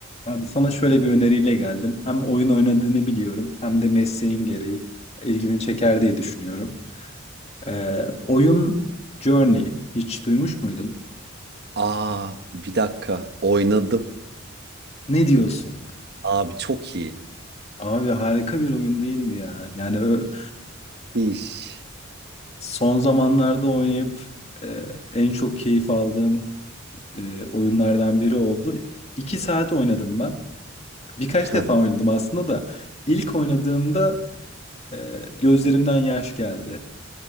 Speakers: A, on the left; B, on the right.
A: Abi sana şöyle bir öneriyle geldim. Hem oyun oynadığını biliyorum hem de mesleğin gereği ilgini çeker diye düşünüyorum. Ee, oyun Journey hiç duymuş muydun?
B: Aa bir dakika oynadım.
A: Ne diyorsun?
B: Abi çok iyi.
A: Abi harika bir oyun değil mi ya? Yani ö-
B: İş.
A: son zamanlarda oynayıp e, en çok keyif aldığım e, oyunlardan biri oldu. İki saat oynadım ben. Birkaç
B: Hı.
A: defa oynadım aslında da ilk oynadığımda e, gözlerimden yaş geldi.